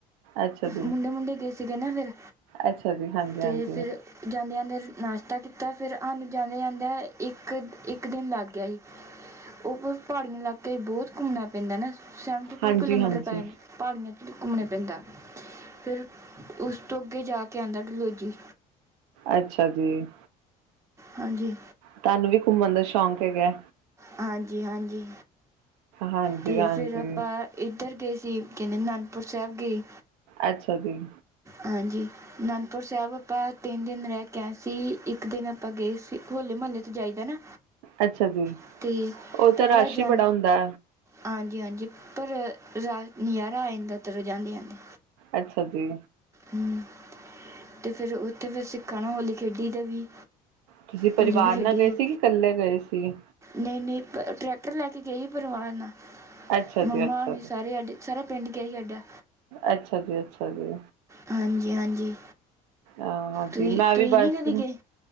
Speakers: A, on the right; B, on the right.
A: ਅੱਛਾ ਜੀ
B: ਮੁੰਡੇ ਮੁੰਡੇ ਗਏ ਸੀਗੇ ਨਾ ਫਿਰ
A: ਅੱਛਾ ਜੀ ਹਾਂਜੀ
B: ਤੇ
A: ਹਾਂਜੀ
B: ਫਿਰ। ਜਾਂਦੇ ਜਾਂਦੇ ਨਾਸ਼ਤਾ ਕੀਤਾ ਫਿਰ ਸਾਨੂੰ ਜਾਂਦੇ ਜਾਂਦੇ ਇੱਕ ਇੱਕ ਦਿਨ ਲੱਗ ਗਿਆ ਸੀ। ਉਹ ਪਹਾੜੀ ਇਲਾਕੇ 'ਚ ਬਹੁਤ ਘੁੰਮਣਾ ਪੈਂਦਾ ਨਾ ਸੈਵਨਟੀ ਟੂ
A: ਹਾਂਜੀ
B: ਕਿਲੋਮੀਟਰ
A: ਹਾਂਜੀ
B: ਪੈ ਜਾਂਦਾ ਪਹਾੜੀਆਂ 'ਚ ਘੁੰਮਣੇ ਪੈਂਦਾ ਫਿਰ ਉਸ ਤੋਂ ਅੱਗੇ ਜਾ ਕੇ ਆਉਂਦਾ ਡਲਹੌਜੀ।
A: ਅੱਛਾ ਜੀ
B: ਹਾਂਜੀ
A: ਤੁਹਾਨੂੰ ਵੀ ਘੁੰਮਣ ਦਾ ਸ਼ੌਕ ਹੈਗਾ
B: ਹਾਂਜੀ ਹਾਂਜੀ
A: ਹਾਂਜੀ
B: ਤੇ
A: ਹਾਂਜੀ
B: ਫਿਰ ਆਪਾਂ ਇੱਧਰ ਗਏ ਸੀ ਕਹਿੰਦੇ ਅਨੰਦਪੁਰ ਸਾਹਿਬ ਗਏ
A: ਅੱਛਾ ਜੀ
B: ਹਾਂਜੀ ਅਨੰਦਪੁਰ ਸਾਹਿਬ ਆਪਾਂ ਤਿੰਨ ਦਿਨ ਰਹਿ ਕੇ ਆਏ ਸੀ ਇੱਕ ਦਿਨ ਆਪਾਂ ਗਏ ਸੀ ਹੋਲੇ ਮਹੱਲੇ ਤੋਂ ਜਾਈਦਾ ਨਾ
A: ਅੱਛਾ ਜੀ
B: ਅਤੇ
A: ਉਹ
B: ਪਹਿਲਾਂ
A: ਤਾਂ ਰਸ਼
B: ਜਾਂ
A: ਹੀ ਬੜਾ ਹੁੰਦਾ
B: ਹਾਂਜੀ ਹਾਂਜੀ ਪਰ ਰਾਤ ਨਜ਼ਾਰਾ ਆ ਜਾਂਦਾ ਤ ਜਾਂਦੀ ਜਾਂਦੀ
A: ਅੱਛਾ ਜੀ
B: ਹ ਅਤੇ ਫਿਰ ਉੱਥੇ ਫਿਰ ਸਿੱਖਾਂ ਨਾ ਹੋਲੀ ਖੇਡੀ ਦਾ ਵੀ
A: ਤੁਸੀਂ ਪਰਿਵਾਰ
B: ਹੋਲੀ ਵੀ ਖੇਡੀ
A: ਨਾਲ ਗਏ
B: ਦੀ
A: ਸੀ ਕਿ ਇਕੱਲੇ ਗਏ ਸੀ
B: ਨਹੀਂ ਨਹੀਂ ਟਰੈ ਪਤਰ ਲੈ ਕੇ ਗਈ ਸੀ ਪਰਿਵਾਰ ਨਾਲ
A: ਅੱਛਾ
B: ਮੰਮਾਣੀ
A: ਜੀ ਅੱਛਾ
B: ਸਾਰੇ
A: ਜੀ
B: ਅਡੇ ਸਾਰਾ ਪਿੰਡ ਗਿਆ ਹੀ ਸਾਡਾ
A: ਅੱਛਾ ਜੀ ਅੱਛਾ ਜੀ
B: ਹਾਂਜੀ ਹਾਂਜੀ
A: ਆਹ ਹਾਂਜੀ
B: ਤੁਸੀਂ
A: ਮੈਂ
B: ਤੁਸੀਂ
A: ਵੀ ਬਸ
B: ਨਹੀਂ ਕਦੀ ਗਏ